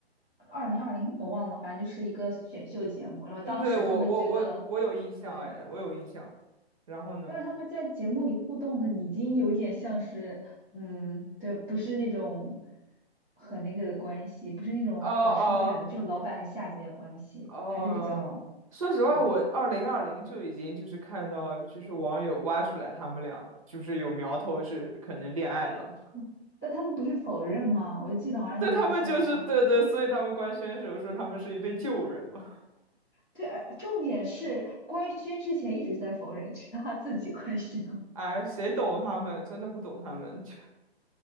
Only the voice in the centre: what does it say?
二零二零我忘了，反正就是一个选秀节目。然后当时他们觉得，
对，
但是他们在节目里互动的已经有点像是，嗯，对，不是那种很那个的关系，不是那种很疏远的，
就老板和下级的关系，
还是比较
对。
嗯但他们不是否认吗？我就记得好像他们就说，
对，而重点是官宣之前一直在否认，直到他自己官宣了 <laughs>